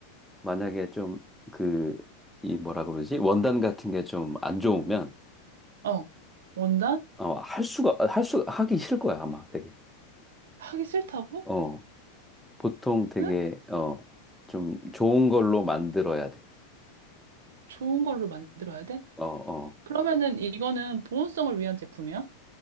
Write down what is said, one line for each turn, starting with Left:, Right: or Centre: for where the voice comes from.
Centre: 만약에 좀, 그, 이 뭐라 그러지? 원단 같은 게 좀 안 좋으면,
Right: 어. 원단?
Centre: 어, 할 수가, 할 수, 하기 싫을 거야, 아마 되게.
Right: 하기 싫다고?
Centre: 어, 보통 되게,
Right: 응?
Centre: 어, 좀 좋은 걸로 만들어야 돼.
Right: 좋은 걸로 만들어야 돼?
Centre: 어, 어,
Right: 그러면은 이거는 보온성을 위한 제품이야?